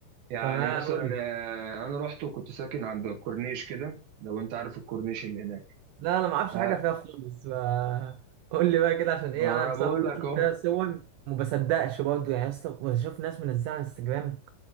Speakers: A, on the right; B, on the right.
A: يعني
B: تمام
A: مثلا
B: قول لي
A: آه، انا رحت وكنت ساكن عند الكورنيش كده لو انت عارف الكورنيش اللي هناك
B: لا انا ما اعرفش
A: آه،
B: حاجه فيها خالص ف قول لي بقى كده عشان
A: ما
B: ايه
A: انا
B: انا بصراحه
A: بقول لك
B: بشوف
A: اهو
B: فيها صور وما بصدقش برضه يعني يا اسطى بشوف ناس منزلها على انستجرام